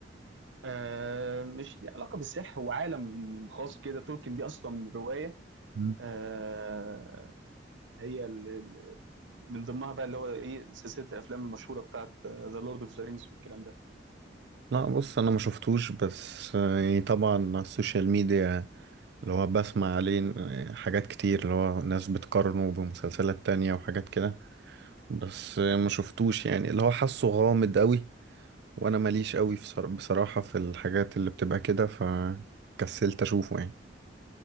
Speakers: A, on the right; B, on the right.
A: آه مش ليه علاقه بالسحر هو عالم خاص كده تولكن دي اصلا روايه
B: مم.
A: آه هي ال- ال- من ضمنها بقى اللي هو ايه سلسله الافلام المشهوره بتاعت ذا لورد اوف ذا رينجز والكلام ده
B: لا بص انا ما شفتوش بس آه، يعني طبعا على السوشيال ميديا اللي هو بسمع عليه آه، حاجات كتير اللي هو ناس بتقارنه بمسلسلات تانية وحاجات كده بس آه، ما شفتوش يعني اللي هو حاسه غامض قوي وانا ماليش قوي في صرا- بصراحة في الحاجات اللي بتبقى كده فكسلت اشوفه يعني